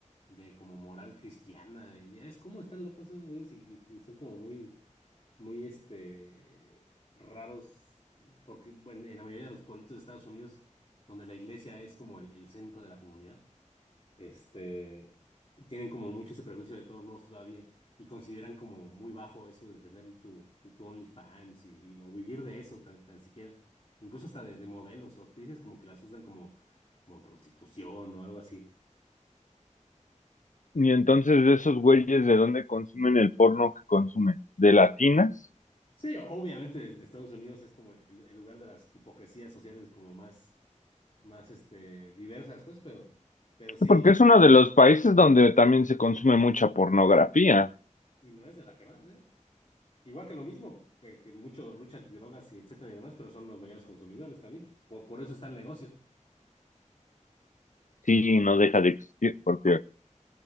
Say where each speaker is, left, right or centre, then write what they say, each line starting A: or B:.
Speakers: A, on the left; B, on the left.
A: de como moral cristiana, y ya es como están locos esos güeyes y, y- y son como muy, muy este, raros, porque bueno, en la mayoría de los pueblitos de Estados Unidos, donde la iglesia es como el el centro de la comunidad este, tienen como mucho ese prejuicio de todos modos todavía y consideran como muy bajo eso de tener tu, tu, tu OnlyFans y, y- o vivir de eso tan, tan siquiera. Incluso hasta de, de modelos o actrices como que las usan como, como prostitución o algo así.
B: Y entonces de esos güeyes, ¿de dónde consumen el porno que consumen? ¿De latinas?
A: Sí, obviamente desde Estados Unidos es como el, el- el lugar de las hipocresías sociales como más, más este, diversas, pues, pero, pero sí,
B: Porque es uno de los países donde también se consume mucha pornografía.
A: y no es de la que más, ¿eh? Igual que lo mismo, que, que mucho lucha antidrogas y etcétera y demás, pero son los mayores consumidores también, pues, por, por eso está el negocio.
B: Sí, no deja de existir porque